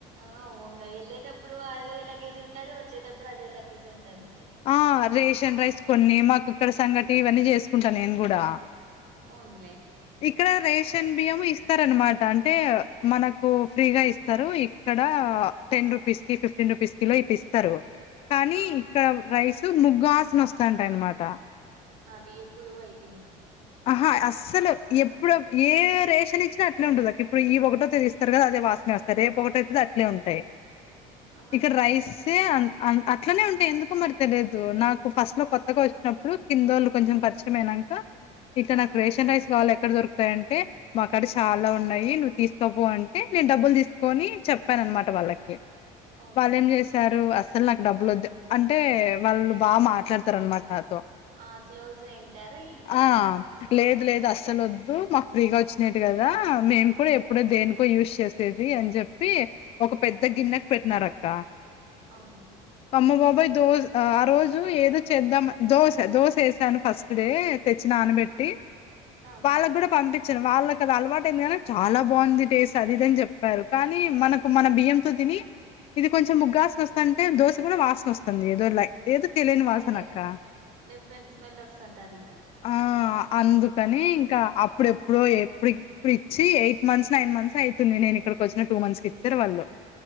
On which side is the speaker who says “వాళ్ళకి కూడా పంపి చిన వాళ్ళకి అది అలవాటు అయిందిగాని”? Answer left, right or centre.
Left